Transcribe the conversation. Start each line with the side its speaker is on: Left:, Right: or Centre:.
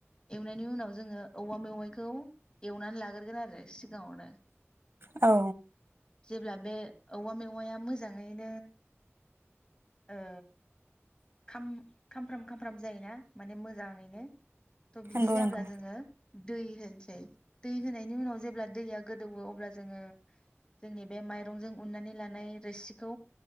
Left: एवनायनि उनाव जोङो औवा मेवाइखौ एवनानै लाग्रोगोन आरो सिगाङावनो।
Right: औ
Left: जेब्ला बे औवा मेवाया मोजाङैनो ओ खाम खामफ्राम खामफ्राम जायोना माने मोजाङैनो थ बिदि
Right: नंगौ
Left: जाब्ला
Right: नंगौ
Left: जोङो दै होनसै दै होनायनि उनाव जेब्ला दैया गोदौवो अब्ला जोङो जोंनि बे माइरंजों उन्नानै लानाय रोसिखौ